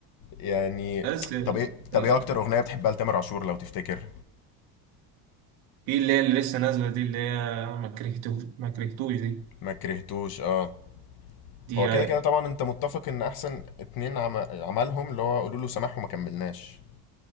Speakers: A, on the left; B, on the right.
A: يعني
B: بس
A: طب ايه طب
B: آه،
A: ايه اكتر اغنيه بتحبها لتامر عاشور لو تفتكر
B: في اللي هي اللي لسه نازله دي اللي هي ما كرهتوش ما كرهتوش دي
A: ما كرهتوش اه
B: دي
A: هو
B: رايقه
A: كده كده طبعا انت متفق ان احسن اتنين عم... عملهم اللي هو قولوا له سماح وما كملناش